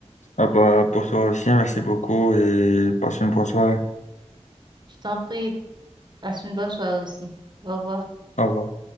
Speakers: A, on the left; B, on the right.
A: Ah bah, pour toi aussi, merci beaucoup et passe une bonne soirée.
B: Je t'en prie, passe une bonne soirée aussi. Au revoir.
A: au revoir